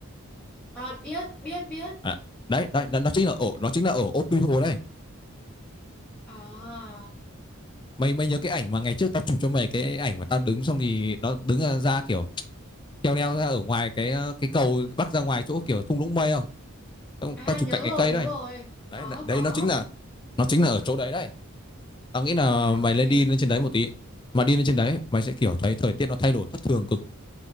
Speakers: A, in the centre; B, on the left.
A: À biết, biết, biết.
B: à, đấy đấy nó, chính là ở nó chính là ở Ô Quy Hồ đây
A: À,
B: mày mày nhớ cái ảnh mà ngày trước tao chụp cho mày cái ảnh mà tao đứng xong thì nó đứng ra, ra kiểu treo leo ra ở ngoài cái ờ, cái cầu bắc ra ngoài chỗ kiểu thung lũng mây không tao,
A: à
B: tao chụp
A: nhớ
B: cạnh cái
A: rồi,
B: cây
A: nhớ
B: đấy
A: rồi.
B: đấy
A: Có,
B: đấy,
A: có.
B: nó chính là nó chính là ở chỗ đấy đấy tao nghĩ là
A: À
B: mày
A: ok.
B: lên đi lên trên đấy một tí mà đi lên trên đấy mày sẽ kiểu thấy thời tiết nó thay đổi thất thường cực